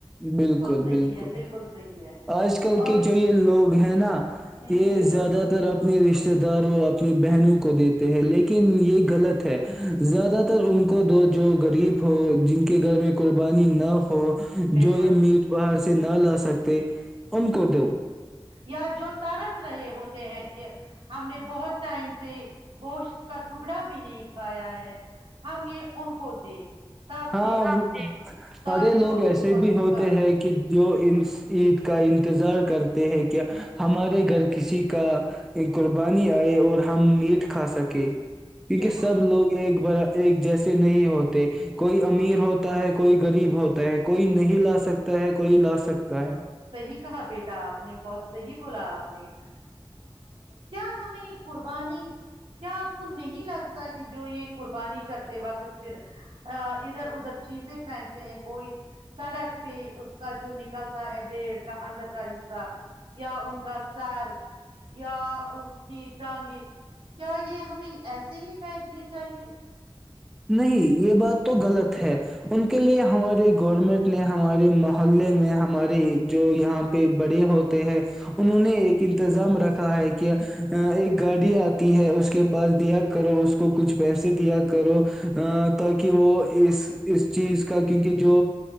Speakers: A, in the centre; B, on the right.
A: بالکل
B: صحیح
A: بالکل
B: ہے صحیح ہے
A: آج کل
B: اور
A: کے جو یہ لوگ ہیں نا
B: ہوں
A: یہ
B: ہوں بالکل
A: زیادہ تر اپنی رشتے رشتے داروں اپنی بہنوں کو دیتے ہیں لیکن یہ غلط ہے زیادہ تر ان کو دو جو غریب ہو جن کے گھر میں قربانی نہ ہو
B: بالکل
A: جو یہ میٹ باہر نہ لا سکتے ان کو دو
B: یا جو ترس رہے ہوتے ہیں کہ ہم نے بہت ٹائم سے گوشت کا ٹکڑا بھی نہیں کھایا ہے ہم یہ ان کو دے تب
A: ہاں
B: دے ان کو تاکہ
A: اھے لوگ
B: وہ
A: ایسے
B: اس وقت
A: بھی ہوتے
B: کھائے
A: ہیں کہ جو عید کا انتظار کرتے ہیں کیا ہمارے گھر کسی کا قربانی آئے اور ہم میٹ کھا سکے کیونکہ
B: بالکل
A: سب لوگ <inaudible> بڑا ایک جیسے نہیں ہوتے کوئی امیر ہوتا ہے کوئی غریب ہوتا ہے کوئی نہیں لا سکتا ہے کوئی لا سکتا ہے
B: صحیح کہا بیٹا آپ نے بہت صحیح بولا آپ نے کیا ہمیں قربانی کیا آپ کو نہیں لگتا کہ جو یہ قربانی کرتے وقت پھر ادھر ادھر چیزیں پھینکتے ہیں کوئی سڑک پہ اس کا جو نکلتا ہے پیڑ کا اندر کا حصہ یا ان کا سیر یا اس کی ٹانگیں کیا یہ ہمیں ایسے ہی پھینکنی چاہیے
A: نہیں یہ بات تو غلط ہے ان کے لیے ہمارے گورنمنٹ نے ہمارے محلے میں ہمارے جو یہاں پہ بڑے ہوتے ہیں انہوں نے ایک انتظام رکھا ہے کہ ایک گاڑی آتی ہے اس کے پاس دیا کرو اس کو کچھ پیسے دیا کرو ا تاکہ وہ اس اس چیز کا کیونکہ جو